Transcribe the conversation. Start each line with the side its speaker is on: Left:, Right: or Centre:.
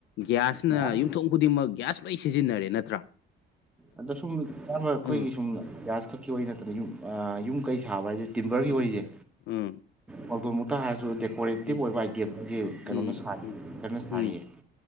Left: ꯒ꯭ꯌꯥꯁꯅ
Centre: ꯃꯌꯥꯝ
Left: ꯌꯨꯝꯊꯣꯡ ꯈꯨꯗꯤꯡꯃꯛ ꯒ꯭ꯌꯥꯁ ꯂꯣꯏ ꯁꯤꯖꯤꯟꯅꯔꯦ ꯅꯠꯇ꯭ꯔꯥ
Centre: ꯑꯗꯣ ꯁꯨꯝ ꯏꯌꯥꯝꯕ ꯑꯩꯈꯣꯏꯒꯤ
Left: ꯎꯝ
Centre: ꯁꯨꯝ ꯒ꯭ꯌꯥꯁ ꯈꯛꯀꯤ ꯑꯣꯏꯅ ꯅꯠꯇꯅ ꯌꯨꯝ ꯌꯨꯝ ꯀꯩ ꯁꯥꯕ ꯍꯥꯏꯗꯤ ꯇꯤꯝꯕꯔꯒꯤ
Left: ꯎꯝ
Centre: ꯋꯥꯔꯤꯁꯦ
Left: ꯎꯝ
Centre: ꯃꯇꯇꯣꯟꯃꯨꯛꯇ ꯍꯥꯏꯔꯁꯨꯦꯛ ꯀ꯭ꯋꯥꯂꯦꯛꯇꯤꯞ
Left: ꯎꯝ
Centre: ꯑꯣꯏꯕ ꯑꯥꯏꯇꯦꯝ ꯍꯥꯏꯁꯦ
Left: ꯎꯝ
Centre: ꯀꯩꯅꯣꯅ ꯁꯥꯔꯤ
Left: ꯎꯝ ꯎꯝ
Centre: ꯆꯅ
Left: ꯎꯝ
Centre: ꯁꯥꯔꯤꯌꯦ